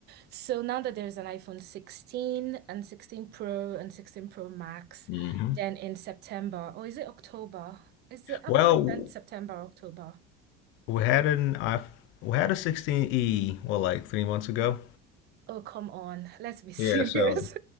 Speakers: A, on the right; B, on the left.
A: So now that there's an iPhone 16 and 16 Pro and 16 Pro Max,
B: mm hmm
A: then in September, or is it October? Is the Apple
B: Well,
A: event September, October?
B: we had an I we had a 16e well like three months ago.
A: Oh, come on. Let's be serious.
B: Yeah, so